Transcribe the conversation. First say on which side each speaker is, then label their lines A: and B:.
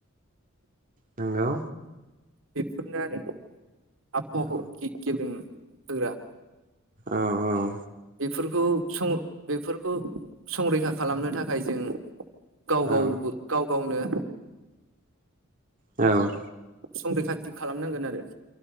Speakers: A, on the right; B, on the right.
A: नंगौ
B: बेफोरनो आरो। आबहावाखौ
A: औ
B: गे-गेब्रें- होग्रा।
A: औ-औ
B: बेफोरखौ सं बेफोरखौ संरैखा खालामनो थाखाय जों गाव-गावबो
A: औ
B: गाव गावनो
A: औ
B: संरैखाथि खालामनांगोन आरो।